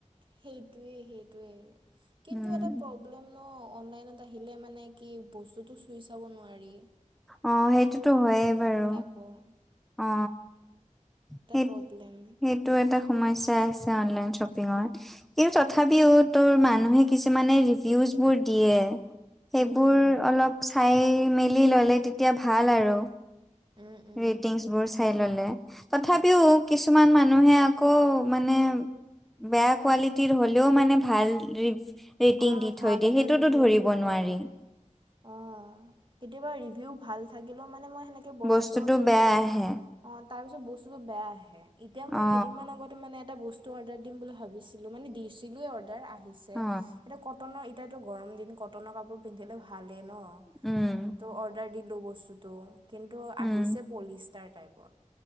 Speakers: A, on the right (about 40°); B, in the centre.
A: সেইটোৱে সেইটোৱে কিন্তু
B: উম
A: এটা প্ৰব- ব্লেম ন অনলাইনত আহিলে মানে কি বস্তু টো চুই চাব নোৱাৰি।
B: অ সেইটোতো হয়ে বাৰু।
A: বম
B: অ সেট
A: প্ৰব্লেম
B: সেট সেইটো এটা সমস্যা আছে অনলাইন
A: উম
B: শ্বপিংৰ, কিন্তু ‌তথাপিও টোৰ মানুহে কিছুমানে ৰিভিউচবোৰ দিয়ে। সেইবোৰ
A: উম উম
B: অলপ চাই মেলি ললে তেতিয়া ভাল আৰু।
A: উম উম
B: ৰেটিংছ বোৰ চাই ল'লে। তথাপিও কিছুমান মানুহে আকৌ মানে বেয়া কোৱালিটিৰ হলেও মানে ভাল ৰেটিং
A: অঁ
B: দি
A: ভাল
B: থৈ দিয়ে
A: এটা
B: সেইটোতো
A: ৰিভিউ
B: ধৰিব
A: দি থয়
B: নোৱাৰি।
A: অ কেতিয়াবা ৰিভিউ ভাল থাকিলেও মানে মই সেনেকে বস্তু
B: বস্তুটো
A: অৰ্ডাৰ
B: বেয়া
A: দিওঁ।
B: আহে
A: অ তাৰ পিছত বস্তুত বেয়া আহে এতিয়া মই
B: অ
A: কেইদিনমান আগতে মানে এটা বস্তু অৰ্ডাৰ দিম বুলি ভাবি দিছিলো মানে দিছিলো এ অৰ্ডাৰ আহিছে
B: অ
A: এইটো কতনৰ এতিয়াতো গৰম দিন কটনৰ কাপোৰ পিন্ধিলে ভালেই ন।
B: উম।
A: তো অৰ্ডাৰ দিলোঁ বস্তুটো কিন্তু
B: উম
A: আহিছে পলিষ্টাৰ টাইপৰ।